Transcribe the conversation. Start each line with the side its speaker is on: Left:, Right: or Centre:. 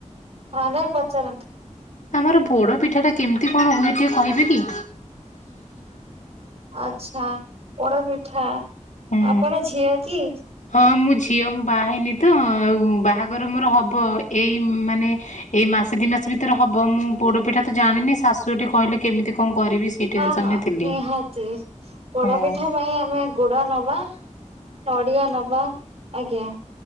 Right: ହଁ ନାଇ ପାଚାରନ୍ତୁ।
Left: ଆମର ପୋଡପିଠା ଟା କେମିତି କଣ ହୁଏ ଟିକେ କହିବେ କି?
Right: ଆଚ୍ଛା ପୋଡ ପିଠା।
Left: ହୁଁ
Right: ଆପଣ ଝିଅ କି?
Left: ହଁ ମୁଁ ଝିଅ ମୁଁ ବାହା ହେଇନି ତ, ଆଉ ବାହାଘର ମୋର ହବ। ଏଇ ମାନେ ଏଇ ମା ସେ ଦି ମାସ ଭିତରେ ହବ। ମୁଁ ପୋଡ଼ପିଠା ତ ଜାଣିନି ଶାଶୁ ଘଟିି କହିଲେ କେମିତି କଣ କରିବି ସେଇ ଟେନସନ
Right: ହଁ, ହଁ
Left: ରେ ଥିଲି
Right: ନିହାତି ପୋଡପିଠା
Left: ହଁ
Right: ପାଇଁ ଆମେ ଗୁଡ ନବା। ନଡିଆ ନବା ଆଜ୍ଞା